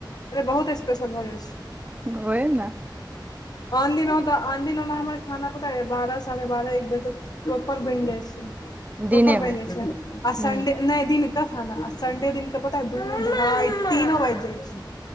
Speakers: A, on the left (about 55°); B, on the right (about 20°).
A: ए बहुत स्पेशल भऽ जाइत छै।
B: ओहि ने।
A: आ दिन तऽ आन दिन ने हमर खाना पता बारह साढ़े बारह एक बजे तक प्रॉपर बनि जाइ छै। प्रोपर
B: दिने
A: बनि
B: मे
A: जाइ छै। आ
B: हूँ
A: संडे नहि दिनका खाना संडे दिन क पता। तऽ आई तीन बाज छी।